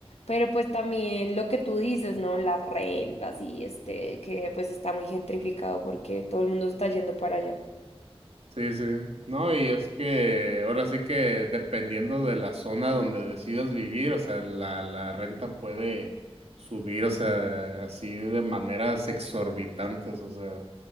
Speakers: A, on the left; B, on the right.
A: Pero pues también lo que tú dices, ¿no? Las rentas y este, que pues está muy gentrificado porque todo el mundo está yendo para allá.
B: Sí, sí. No, y es que ahora sí que dependiendo de la zona donde decidas vivir, o sea, la, la renta puede subir, o sea, así de maneras exorbitantes, o sea,